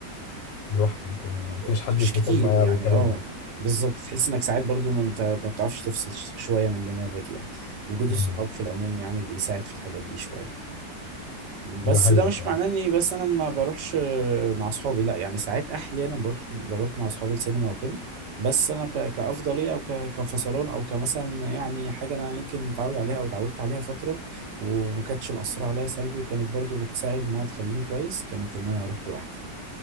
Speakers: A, on the left (about 80°); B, on the right (about 75°).
A: لوحده كده ما
B: و-
A: فيش حد
B: مش
A: يفضفض
B: كتير
A: معايا
B: يعني
A: او يتكلم
B: اه
A: معايا
B: بالظبط تحس إنك ساعات برضو ما أنت ما بتعرفش تفصل ش- شوية من دماغك يعني وجود
A: مم.
B: الصحاب في العموم يعني بيساعد في الحاجات دي شوية بس
A: ده حقيقه
B: ده مش
A: فعلا
B: معناه اني بس انا ما بروحش آه، مع اصحابي لا يعني ساعات احيانا بروح بروح مع اصحابي السينما وكده بس انا ك... كافضليه او ك... كفصلان او كمثلا يعني حاجه انا يمكن متعود عليها او اتعودت عليها فتره وما كانتش مأثره عليا سلبي وكانت برضو بتساعد انها تخليني كويس كانت ان انا اروح لوحدي